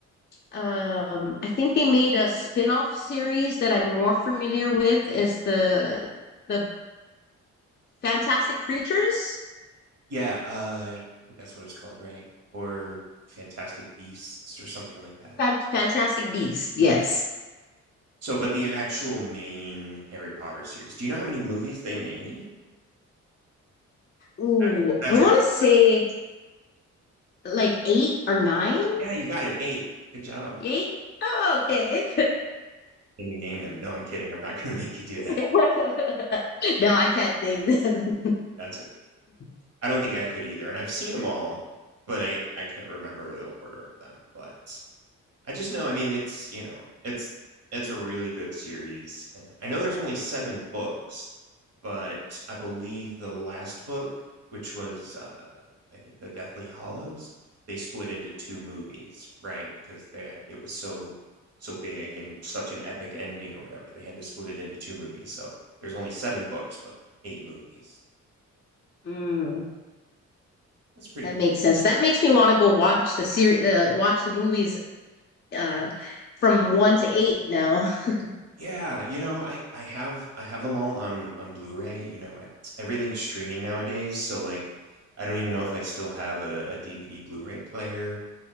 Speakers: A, on the left (about 35°); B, on the right (about 55°).
A: Um, I think they made a spin-off series that I'm more familiar with is the the Fantastic Creatures,
B: Yeah, uh, I think that's what it's called, right? Or Fantastic Beasts or something like that.
A: Fan- Fantastic Beasts. Yes.
B: So, but the actual main Harry Potter series, do you know how many movies they made?
A: Ooh,
B: That that
A: I want to say like eight or nine,
B: Yeah, you got it. 8. Good job.
A: eight. Oh, okay.
B: Can you name them? No, I'm kidding. I'm not gonna make you do
A: <laughs>
B: that.
A: No, I can't name them.
B: That's it.
A: <laughs>
B: I don't think I could either, and I've seen seen them all, but I I can't remember the order of them, but I just know, I mean, it's, you know, it's it's a really good series. Eh, I know there's only 7 books. but I believe the last book, which was uh, I think the Deathly Hallows, they split into two movies, right? Because there it was so so big and such an epic ending or whatever. They had to split it into two movies. So there's only seven books, but eight movies.
A: Mm,
B: That's pretty.
A: that
B: in-
A: makes sense. That makes me want to go watch the series, uh, watch the movies uh, from one to eight now. <laughs>
B: Yeah, you know, I I have I have them all on on Blu-ray. You know, it's, everything's streaming nowadays, so like I don't even know if I still have a, DVD Blu-ray player.